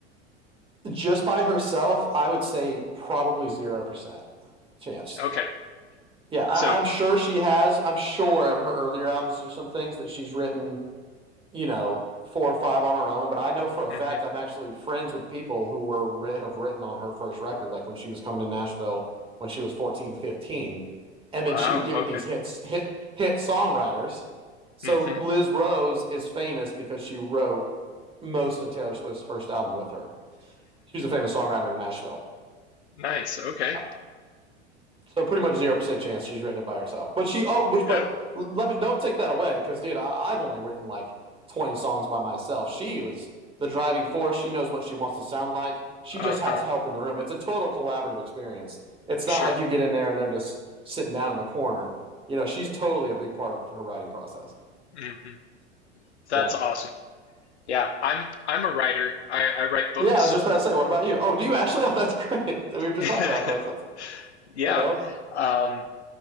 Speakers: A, on the right (about 15°); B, on the left (about 70°).
A: Just by herself, I would say probably zero percent chance.
B: Okay,
A: Yeah, I,
B: so
A: I'm sure she has. I'm sure of her earlier albums, there's some things that she's written, you know, four or five on her own. But I know for a
B: hmm
A: fact I'm actually friends with people who were have written on her first record, like when she was coming to Nashville when she was 14, fifteen, And
B: wow,
A: then she would get with
B: okay,
A: these hits, hit, hit songwriters. So
B: hmm
A: Liz Rose is famous because she wrote most of Taylor Swift's first album with her. She's a famous songwriter in Nashville.
B: <laughs> nice, okay,
A: Yeah. So pretty much zero percent chance she's written it by herself. But she oh, which
B: yeah,
A: but let me don't take that away because dude, I, I've only written like twenty songs by myself. She was the driving force. She knows what she wants to sound like. She
B: uh
A: just has
B: huh,
A: help in the room. It's a total collaborative experience. It's
B: sure,
A: not like you get in there and they're just sitting down in the corner. You know, she's totally a big part of her writing process.
B: hmm that's
A: Yeah.
B: awesome. Yeah, I'm I'm a writer. I, I write books.
A: Yeah, I was just about to say, what about you? Oh, do you actually? <laughs> Oh, that's great. <laughs> We were just
B: <laughs>
A: talking about books. That's there
B: Yeah,
A: we go.
B: um,